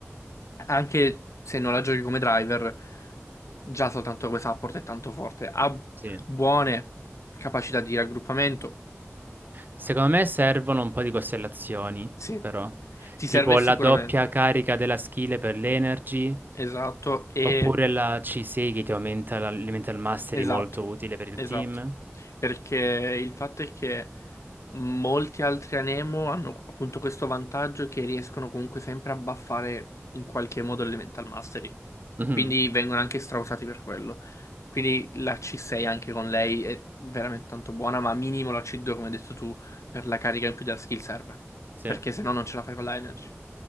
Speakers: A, on the left (about 85°); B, on the right (about 40°).
A: anche se non la giochi come driver, già soltanto come support è tanto forte. Ha
B: sì.
A: buone capacità di raggruppamento.
B: Secondo me servono un po' di costellazioni,
A: Sì,
B: però.
A: ti
B: Tipo
A: serve sicuramente.
B: la doppia carica della skill per l'energy,
A: Esatto, e
B: oppure la C6 che ti aumenta la- l'elemental mastery
A: esatto,
B: molto utile per il
A: esatto.
B: team.
A: Perché il fatto è che molti altri Anemo hanno appunto questo vantaggio che riescono comunque sempre a buffare in qualche modo l'Elemental Mastery.
B: Mhm.
A: Quindi vengono anche strausati per quello. Quindi la C6 anche con lei è veramente tanto buona, ma minimo la C2, come hai detto tu, per la carica in più della skill serve.
B: Sì.
A: Perché se no non ce la fai con la energy.